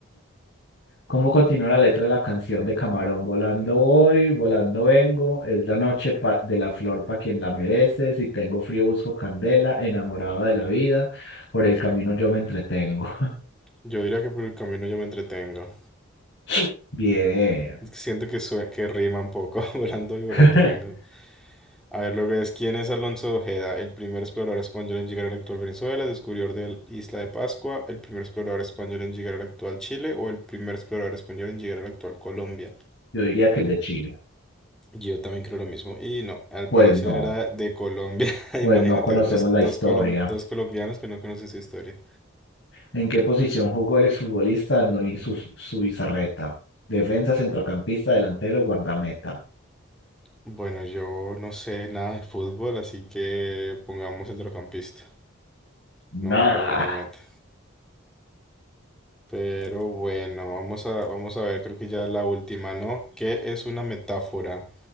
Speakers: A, on the left; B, in the centre.
A: ¿Cómo continúa la letra de la canción de Camarón? Volando voy, volando vengo, es la noche pa- de la flor para quien la merece, si tengo frío busco candela, enamorado de la vida, por el camino yo me entretengo.
B: Yo diría que por el camino yo me entretengo.
A: <laughs> Bien,
B: Es que Siento que, sue- que rima un poco, <laughs> volando y volando
A: <laughs>
B: vengo. A ver, lo que es, ¿quién es Alonso de Ojeda? El primer explorador español en llegar a la actual Venezuela, descubridor de la isla de Pascua, el primer explorador español en llegar al actual Chile o el primer explorador español en llegar a la actual Colombia.
A: yo diría que el de Chile.
B: Yo también creo lo mismo. Y no, al
A: Pues
B: parecer
A: no,
B: era de Colombia. <laughs>
A: pues
B: Imagínate,
A: no conocemos
B: dos,
A: la
B: dos,
A: historia.
B: colom- dos colombianos que no conocen su historia.
A: ¿En qué posición jugó el exfutbolista Andoni Sus- Zubizarreta? Defensa, centrocampista, delantero, guardameta.
B: Bueno, yo no sé nada de fútbol, así que pongamos centrocampista. No,
A: Nada.
B: era guardameta. Pero bueno, vamos a, vamos a ver, creo que ya es la última, ¿no? ¿Qué es una metáfora?